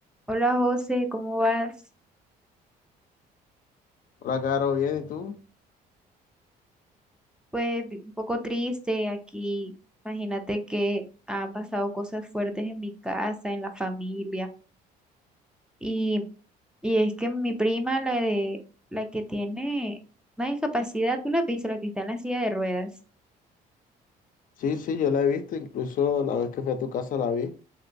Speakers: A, in the centre; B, on the left (about 55°).
A: Hola José, ¿cómo vas?
B: Hola, Caro, bien, ¿y tú?
A: Pues vi- un poco triste aquí. Imagínate que han pasado cosas fuertes en mi casa, en la familia. Y, y es que mi prima, la de, la que tiene una discapacidad, tú la has visto, la que está en la silla de ruedas.
B: Sí, sí, yo la he visto, incluso la vez que fui a tu casa la vi.